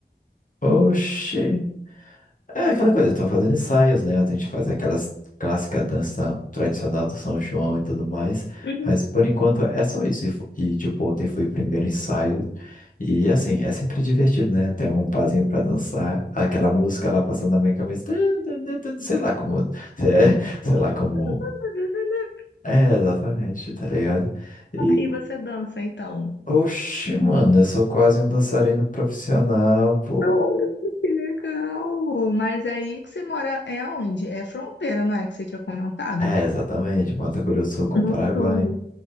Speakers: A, on the left; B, on the left.
A: oxe. É aquela coisa, estou fazendo ensaios, né? A gente faz aquelas clássica dança tradicional do São João e tudo mais,
B: Uhum.
A: mas por enquanto é só isso. E, fo- e, tipo, ontem foi o primeiro ensaio e assim, é sempre divertido, né? Tem um pazinho pra dançar, aquela música lá passando na minha cabeça, <tsk> sei lá como, <laughs> é, sei lá como.
B: Ah,
A: É, exatamente, tá ligado? E,
B: E você dança então?
A: oxe, mano, eu sou quase um dançarino profissional, pô.
B: Adoro. Que legal! Mas aí que você mora é onde? É fronteira, não é? Que você tinha comentado?
A: É, exatamente, Mato Grosso com
B: No
A: o Paraguai.
B: sul.